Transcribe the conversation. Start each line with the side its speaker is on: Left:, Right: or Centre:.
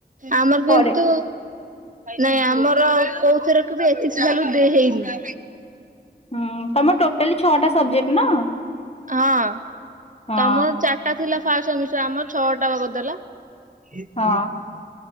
Right: ଆମର
Left: ପରେ
Right: କିନ୍ତୁ ନାଇଁ ଆମର କୋଉଥିରେ କେବେ ଏଚିଶି ଭ୍ୟଲୁ ଦେ ହେଇନି।
Left: ହୁଁ ତମର ଟୋଟାଲି ଛଅଟା ସବଜେକ୍ଟ ନା?
Right: ହଁ
Left: ହଁ
Right: ତମର ଚାରିଟା ଥିଲା ଫାଷ୍ଟ ସେମିଷ୍ଟାର ଆମର ଛଅଟା ବା କରିଦେଲା। କେତେ
Left: ହଁ।
Right: ଦିନ